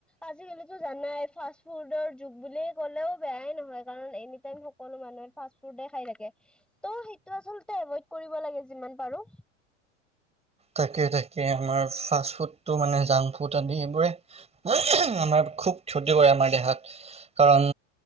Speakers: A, in the centre; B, on the right.
A: আজি কালিতো জানায় ফাষ্ট ফুডৰ যু বুলি ক'লেও বেয়াই নহয় কাৰণ এনিটাইম সকলো মানুহে ফাষ্ট ফুডে খাই থাকে ত' <unintelligible> আচলতে এভইড কৰিব লাগে যিমান পাৰোঁ।
B: তাকে তাকে আমাৰ ফাষ্ট ফুডটো মানে জা <unintelligible> এইবোৰে আমাৰ খুব ক্ষতি কৰে আমাৰ দেহাত। কাৰণ